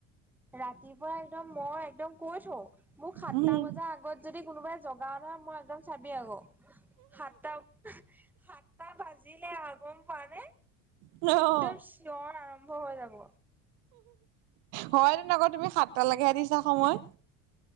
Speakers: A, in the centre; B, on the right.
A: ৰাতিপুৱা একদম মই একদম কৈ থওঁ মোক সাতটা
B: উম
A: বজা আগ গত যদি কোনোবাই জগাৱ নহয় মই একদম চাবি আকৌ। সাতটা সাতটা বাজিলে আৰু গ'ম পাৱ নে।
B: ৰ <unintelligible>
A: একদম চঞৰ আৰম্ভ হৈ যাব।
B: হয় তেনে আকৌ তুমি সাতট লৈকেহে দিছা সময়।